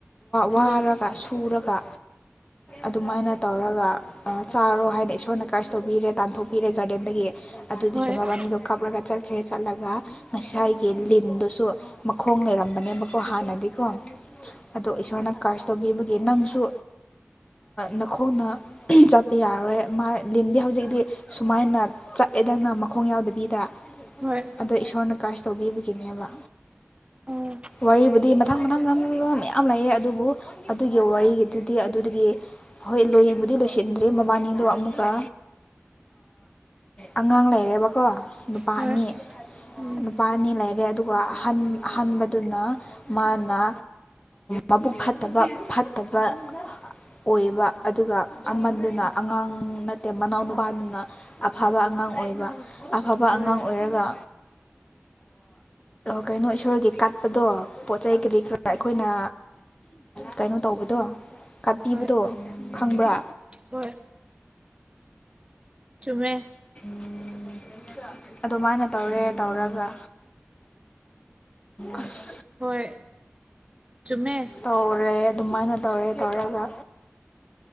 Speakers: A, on the left; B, on the right.
A: ꯋꯥꯔꯒ
B: ꯍꯣꯏ
A: ꯁꯨꯔꯒ ꯑꯗꯨꯃꯥꯏꯅ ꯇꯧꯔꯒ ꯆꯥꯔꯣ ꯍꯥꯏꯅ ꯏꯁꯣꯔꯅ ꯀꯔꯁ ꯇꯧꯕꯤꯔꯦ ꯇꯥꯟꯊꯣꯛꯄꯤꯔꯦ ꯒꯥꯔꯗꯦꯟꯗꯒꯤ ꯑꯗꯨꯗꯒꯤ
B: ꯍꯣꯏ
A: ꯃꯕꯥꯅꯤꯗꯣ ꯀꯥꯞꯂꯒ ꯆꯠꯈ꯭ꯔꯦ ꯆꯠꯂꯒ ꯉꯁꯥꯏꯒꯤ ꯂꯤꯟꯗꯨꯁꯨ ꯃꯈꯣꯡ ꯂꯩꯔꯝꯕꯅꯦꯕꯀꯣ ꯍꯥꯟꯅꯗꯤꯀꯣ ꯑꯗꯣ ꯏꯁꯣꯔꯅ ꯀꯔꯁ ꯇꯧꯕꯤꯕꯒꯤ ꯅꯪꯁꯨ ꯅꯈꯣꯡꯅ ꯆꯠꯄ ꯌꯥꯔꯔꯣꯏ ꯃꯥ ꯂꯤꯟꯗꯤ ꯍꯧꯖꯤꯛꯇꯤ ꯁꯨꯃꯥꯏꯅ ꯆꯠꯑꯦꯗꯅ ꯃꯈꯣꯡ ꯌꯥꯎꯗꯕꯤꯗ
B: ꯍꯣꯏ
A: ꯑꯗꯣ ꯏꯁꯣꯔꯅ ꯀꯥꯏꯁꯨ ꯇꯧꯕꯤꯕꯒꯤꯅꯦꯕ
B: ꯎꯝ
A: ꯋꯥꯔꯤꯕꯨꯗꯤ ꯃꯊꯪ ꯃꯊꯪ ꯃꯊꯪ ꯃꯌꯥꯝ ꯂꯩꯌꯦ ꯑꯗꯨꯕꯨ ꯑꯗꯨꯒꯤ ꯋꯥꯔꯤꯗꯨꯗꯤ ꯑꯗꯨꯗꯒꯤ ꯍꯣꯏ ꯂꯣꯏꯕꯨꯗꯤ ꯂꯣꯏꯁꯤꯟꯗ꯭ꯔꯤ ꯃꯕꯥꯅꯤꯗꯣ ꯑꯃꯨꯛꯀ ꯑꯉꯥꯡ ꯂꯩꯔꯦꯕꯀꯣ ꯅꯨꯄꯥ
B: ꯍꯣꯏ
A: ꯑꯅꯤ
B: ꯎꯝ
A: ꯅꯨꯄꯥ ꯑꯅꯤ ꯂꯩꯔꯦ ꯑꯗꯨꯒ ꯑꯍ ꯑꯍꯟꯕꯗꯨꯅ ꯃꯥꯅ ꯃꯕꯨꯛ ꯐꯠꯇꯕ ꯐꯠꯇꯕ ꯑꯣꯏꯕ ꯑꯗꯨꯒ ꯑꯃꯗꯨꯅ ꯑꯉꯥꯡ ꯅꯠꯇꯦ ꯃꯅꯥꯎꯅꯨꯄꯥꯗꯨꯅ ꯑꯐꯕ ꯑꯉꯥꯡ ꯑꯣꯏꯕ ꯑꯐꯕ
B: ꯍꯣꯏ
A: ꯑꯉꯥꯡ ꯑꯣꯏꯔꯒ ꯀꯩꯅꯣ ꯏꯁꯣꯔꯒꯤ ꯀꯠꯄꯗꯣ ꯄꯣꯠ ꯆꯩ ꯀꯔꯤ ꯀꯔꯥ ꯑꯩꯈꯣꯏꯅ ꯀꯩꯅꯣ ꯇꯧꯕꯗꯣ ꯄꯤꯕꯗꯣ
B: ꯍꯣꯏ
A: ꯈꯪꯕ꯭ꯔꯥ
B: ꯍꯣꯏ ꯆꯨꯝꯃꯦ
A: ꯎ ꯑꯗꯨꯃꯥꯏꯅ ꯇꯧꯔꯦ ꯇꯧꯔꯒ ꯑꯁ
B: ꯍꯣꯏ ꯆꯨꯝꯃꯦ
A: ꯇꯧꯔꯦ ꯑꯗꯨꯃꯥꯏꯅ ꯇꯧꯔꯦ ꯇꯧꯔꯒ